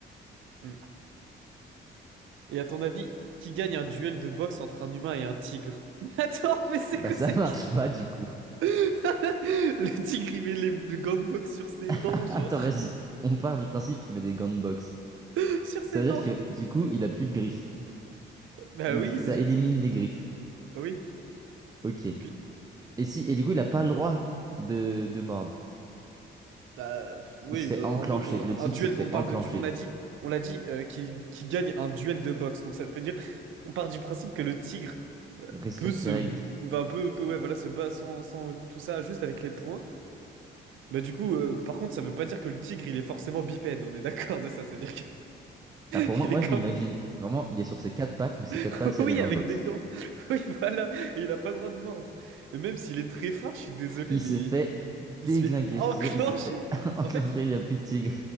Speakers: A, on the right; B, on the right.
A: Hmm. Et à ton avis, qui gagne un duel de boxe entre un humain et un tigre? <laughs> Mais Attends, mais c'est
B: Bah
A: quoi
B: ça
A: cette
B: <laughs> marche
A: question?
B: pas du
A: <laughs>
B: coup.
A: Le tigre, il met les gants de boxe sur ses dents,
B: <laughs>
A: genre.
B: Attends, vas-y. On part du principe qu'il met des gants de boxe.
A: <laughs> Sur ses
B: Ça veut
A: dents.
B: dire que du coup, il a plus de griffes.
A: Bah
B: Il,
A: oui,
B: ça
A: déjà.
B: élimine les griffes.
A: Oui.
B: Ok.
A: Puis,
B: Et si, et du coup, il a pas le droit de, de mordre.
A: Bah, pff, oui,
B: Il se fait
A: de-
B: enclencher.
A: en gros, faut-
B: Le
A: un
B: tigre
A: duel,
B: se fait
A: on parle
B: enclencher.
A: de, du- on a dit, on l'a dit, euh, qu'il qu'il gagne un duel de boxe. Donc ça veut dire, on part du principe que le tigre bah,
B: Respecte
A: peut se,
B: les règles.
A: enfin, peut, peut, ouais, voilà, se bat sans, sans tout ça, juste avec les poings. Bah du coup, euh, par contre, ça veut pas dire que le tigre, il est forcément bipède. On est d'accord de ça, c'est-à-dire
B: Là, pour
A: qu'il
B: moi, moi,
A: <laughs> est quand
B: je l'imagine.
A: même,
B: Vraiment, il est sur ses quatre pattes, mais ses
A: <laughs>
B: quatre pattes, il
A: oui,
B: y a des gants
A: avec
B: de boxe.
A: des gants. <laughs> Oui, voilà, et il a pas le droit de mordre. Et même s'il est très fort, je suis désolé,
B: Il
A: mais
B: se fait
A: il
B: déglinguer.
A: se fait enclencher.
B: Je te jure, il se fait <laughs> enclencher.
A: En fait.
B: Il n'y a plus de tigre.